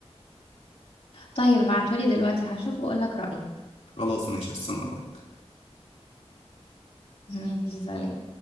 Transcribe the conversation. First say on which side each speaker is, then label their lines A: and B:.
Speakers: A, on the left; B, on the left.
A: طيب ابعتولي دلوقتي هشوف وأقولك رأيي
B: خلاص ماشي هستنى بقى
A: ماشي سلام